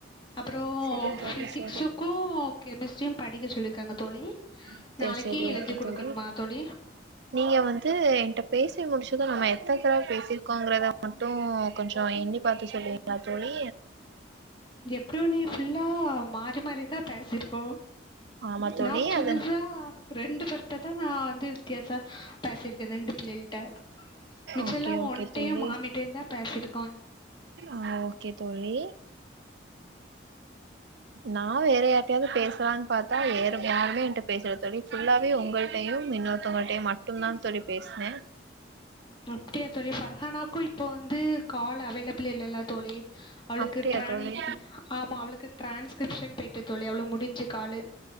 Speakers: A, on the left; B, on the right.
A: அப்புறோ
B: செரி தோழி
A: பிசிக்ஸ்ஸு
B: செரி
A: ஓ ஓகோ கெமிஸ்ட்ரியும் படிக்க சொல்லிருக்காங்க தோழி
B: ம் செரி
A: நாளைக்கு
B: செரி ஓகே
A: எழுதி குடுக்கணுமா
B: தோழி
A: தோழி
B: நீங்க வந்து என்ட பேசி முடிச்சுல்லாமே எத்தனதரவ பேசிருக்கோங்கறத மட்டு கொஞ்சோ எண்ணிப் பாத்து சொல்லுவீங்களா தோழி
A: எப்டியு நீ ஃபுல்லா மாறி மாறிதான் பேசிருக்கோம்
B: ஆமா தோழி
A: நான் புதுசா
B: அது
A: ரெண்டு பேரு இப்பதா நான் வந்திருக்கேன் சார் பேசிருக்கே ரெண்டு பிள்ளைள்ட்ட மிச்செல்லா
B: ஓகே ஓகே
A: ஒன்டையு
B: தோழி
A: மாமிட்டையு தா பேசிட்ருக்கோ
B: ஆ ஓகே தோழி நா வேற யாருட்டையாவது பேஸ் கற்கலாம் பாத்தே யார் யாருமே என்ட்ட பேசல தோழி ஃபுல்லாவே உங்கள்ட்டையும் இன்னொருத்தவங்கள்ட்டையும் மட்டும்தான் தோழி பேசனே
A: அப்பிடியா தோழி பர்ஹானாவுக்கு இப்போ வந்து காலர் அவைலபல் இல்லல்ல தோழி அவளுக்கு
B: அப்டியா
A: டிரான்
B: தோழி
A: ஆமா அவளுக்கு டிரான்ஸ்கிரிப்ஷன் போய்ட்டு தோழி அவுளுக்கு முடிஞ்சு காலு